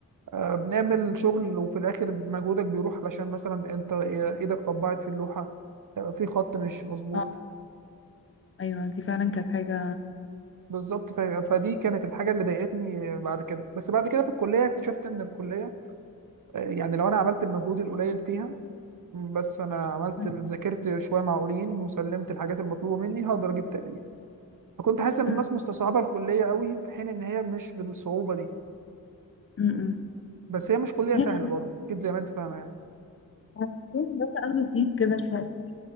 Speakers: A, on the right; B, on the left.
A: آه، بنعمل شغل وفي الاخر مجهودك بيروح علشان مثلا انت ايدك طبعت في اللوحة آه، في خط مش مظبوط
B: اه ايوه دي فعلا كانت حاجة
A: بالظبط ف- فدي كانت الحاجة اللي ضايقتني بعد كده بس بعد كده في الكلية اكتشفت ان الكلية آه، يعني لو انا عملت المجهود القليل فيها بس انا عملت
B: مم.
A: ذاكرت شوية معقولين وسلمت الحاجات المطلوبة مني هقدر اجيب تقدير فكنت حاسس ان
B: مم.
A: الناس مستصعبة الكلية قوي في حين ان هي مش بالصعوبة دي
B: مم.
A: بس هي مش كلية
B: هي
A: سهلة برضه اكيد زي ما انت فاهمة يعني
B: المهندسين بس اخدوا سيت كده شوية